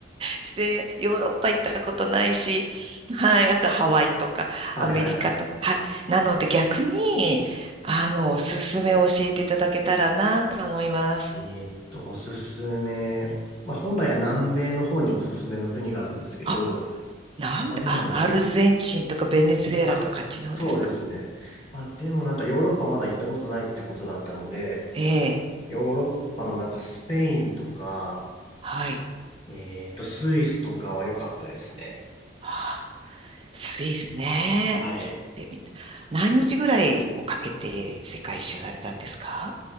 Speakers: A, on the right; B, on the left.
A: して、ヨーロッパ行ったことないし、はい、あとハワイとかアメリカとか、
B: はいはいはい。
A: はい。なので逆に、あの、おすすめを教えていただけたらなと思います。
B: えーっと、おすすめ。まあ、本来は南米の方におすすめの国があるんですけど、
A: あ、なんで、
B: まあでも、
A: あの、アルゼンチンとかベネズエラとかあっちの方ですか
B: あ、そうですね。まあでもなんかヨーロッパまだ行ったことないってことだったので、
A: ええ、
B: ヨーロッパのなんかスペインとか、
A: はい。
B: えっと、スイスとかは良かったですね。
A: はあ、スイスね。
B: はい。
A: 行ってみた。何日ぐらいこうかけて世界一周されたんですか